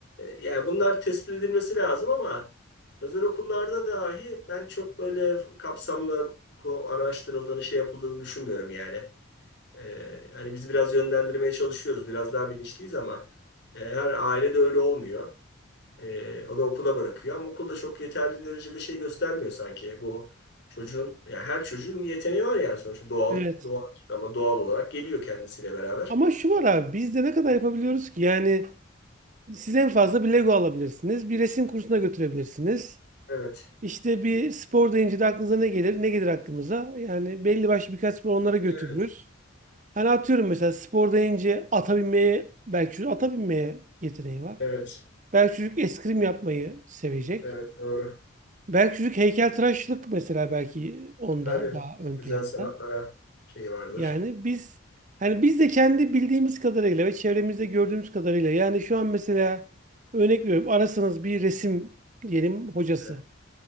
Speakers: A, on the left; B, on the right.
A: yani bunlar tespit edilmesi lazım ama özel okullarda dahi ben çok böyle kapsamlı ko- araştırıldığını, şey yapıldığını düşünmüyorum yani. Ee, hani biz biraz yönlendirmeye çalışıyoruz, biraz daha bilinçliyiz ama e, her ailede öyle olmuyor. Ee, o da okula bırakıyor ama okulda çok yeterli derecede şey göstermiyor sanki. Bu çocuğun, yani her çocuğun bir yeteneği var yani sonuçta doğal,
B: Evet.
A: doğal ama doğal olarak geliyor kendisiyle beraber.
B: Ama şu var abi biz de ne kadar yapabiliyoruz ki? Yani siz en fazla bir Lego alabilirsiniz. Bir resim kursuna götürebilirsiniz.
A: Evet,
B: İşte bir spor deyince de aklınıza ne gelir? Ne gelir aklımıza? Yani belli başlı birkaç spor onlara götürürüz.
A: evet,
B: Hani atıyorum mesela spor deyince ata binmeye belki çocuk ata binmeye yeteneği var.
A: evet,
B: Belki çocuk eskrim yapmayı sevecek.
A: evet doğru.
B: Belki çocuk heykeltıraşlık mesela belki onda
A: Tabii
B: daha ön
A: güzel
B: planda.
A: sanatlara şey vardır.
B: Yani biz hani biz de kendi bildiğimiz kadarıyla ve çevremizde gördüğümüz kadarıyla yani şu an mesela örnek veriyorum arasanız bir resim diyelim hocası.
A: Evet.